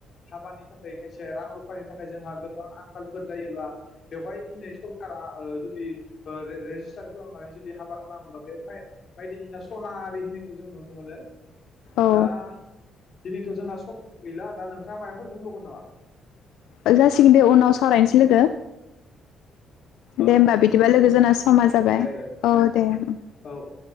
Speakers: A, on the left (about 50°); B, on the left (about 85°).
A: हाबानि थाखाय खाय से रां रुफानि थाखाय जोंहा गोबां आंखालफोर जायोब्ला बेवहाय दिनै सरकारा ओ जुदि ओ रे रेजिस्टार खालामनानै जुदि हाबा खालामोब्ला बेवहाय बायदिसिना सना आरि होनो जों नुनो मोनो।
B: औ
A: दा। दिनैथ' जोंना सम गैला दा नोंथाङा मायबाफोर बुंबावगोन नामा?
B: ओ जासिगोन दे उनाव सावरायनोसै लोगो।
A: औ
B: दे होमबा
A: औ
B: बिदिबा
A: औ लोगो मोनफिनगोन
B: जोंना समा जाबाय
A: दे दे
B: औ दे
A: औ औ